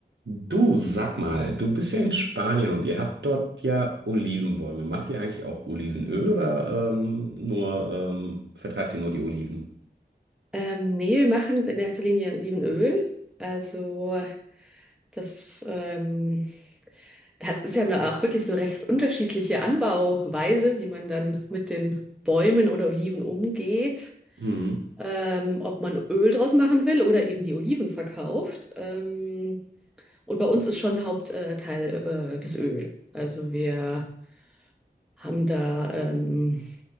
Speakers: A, on the right (about 80°); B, in the centre.
A: Du, sag mal, du bist ja in Spanien und ihr habt dort ja Olivenbäume. Macht ihr eigentlich auch Olivenöl oder ähm, nur ähm, vertreibt ihr nur die Oliven?
B: Ähm, nee, wir machen in erster Linie Olivenöl. Also das, ähm, das ist ja nur auch wirklich so recht unterschiedliche Anbauweise, wie man dann mit den Bäumen oder Oliven umgeht.
A: Mhm.
B: Ähm, ob man Öl draus machen will oder eben die Oliven verkauft. Ähm, und bei uns ist schon Hauptteil äh, Teil, äh, das Öl. Also wir haben da ähm,